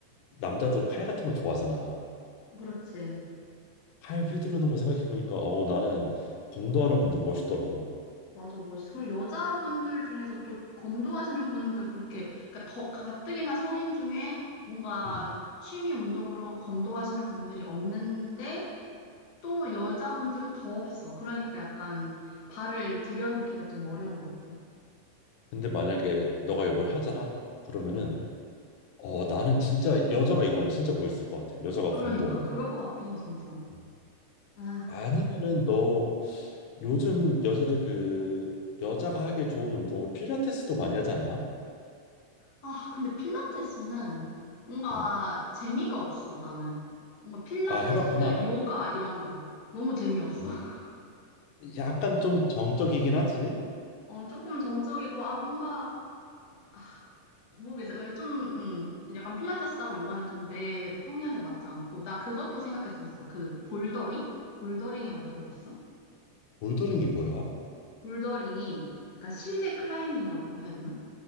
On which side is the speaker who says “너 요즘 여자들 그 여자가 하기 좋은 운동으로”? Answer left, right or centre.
Left